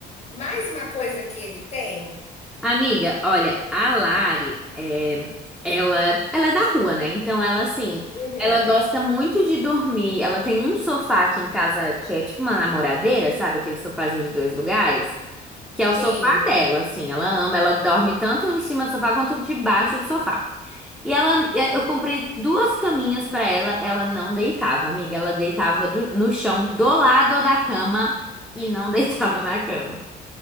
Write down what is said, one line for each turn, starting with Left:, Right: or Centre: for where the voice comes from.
Left: mais uma coisa que ele tem.
Centre: Amiga, olha, a Lari, é, ela, ela é da rua, né? Então ela, assim,
Left: Uhum.
Centre: ela gosta muito de dormir. Ela tem um sofá aqui em casa que é tipo uma namoradeira, sabe? Aquele sofazinho de dois lugares. Que é
Left: Sim.
Centre: o sofá dela, assim. Ela ama, ela dorme tanto em cima do sofá quanto debaixo do sofá. E ela, eu comprei duas caminhas pra ela, ela não deitava, amiga. Ela deitava do- no chão do lado da cama e não <laughs> deitava na cama.